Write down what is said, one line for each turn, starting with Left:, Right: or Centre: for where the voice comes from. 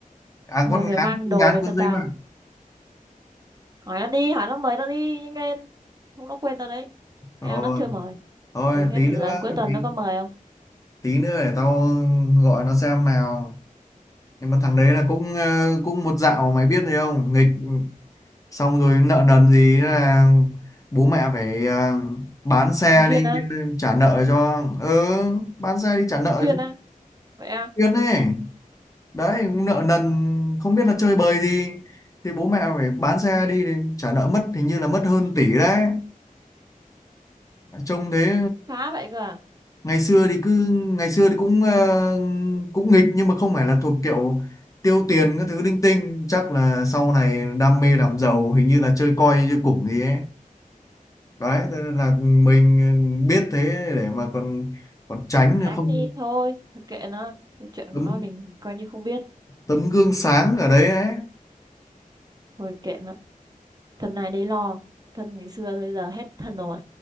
Left: à
Right: mày
Left: con
Right: phải
Left: ngán
Right: mang
Left: ngán
Right: đồ về
Left: cuốn
Right: cho
Left: giấy
Right: tao
Left: bạc
Right: hỏi nó đi hỏi nó mời tao đi nhanh lên không nó quên tao đấy hay
Left: rồi
Right: là nó chưa mời
Left: thôi
Right: để xem
Left: tí
Right: từ
Left: nữa
Right: giờ đến cuối tuần
Left: tí,
Right: nó có mời không
Left: tí nữa để tao gọi nó xem nào nhưng mà thằng đấy là cũng ờ, cũng một dạo mày biết rồi không nghịch xong rồi nợ nần gì là bố mẹ phải ờ, bán xe
Right: thường xuyên
Left: đi
Right: á
Left: ờ, trả nợ cho ừ bán xe đi trả nợ
Right: thường xuyên
Left: cho
Right: á vậy à
Left: Tuyên ấy đấy nợ nần không biết là chơi bời gì thì bố mẹ phải bán xe đi thì trả nợ mất hình như là mất hơn tỷ đấy trông thế
Right: phá vậy cơ à
Left: ngày xưa thì cứ ngày xưa thì cũng ờ, cũng nghịch nhưng mà không phải là thuộc kiểu tiêu tiền các thứ linh tinh chắc là sau này đam mê làm giàu hình như là chơi coi chơi củng gì ấy đấy thế nên là mình biết thế để mà còn còn tránh
Right: tránh
Left: không
Right: đi thôi thôi kệ nó cái chuyện
Left: tấm
Right: của nó mình coi như không biết
Left: tấm gương sáng ở đấy ấy
Right: thôi kệ nó thân này đấy lo thân ngày xưa bây giờ hết thân rồi